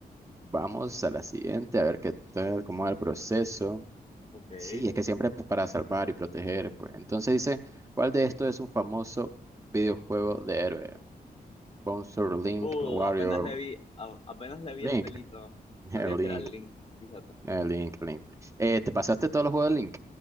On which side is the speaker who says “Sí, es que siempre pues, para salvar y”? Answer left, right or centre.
Right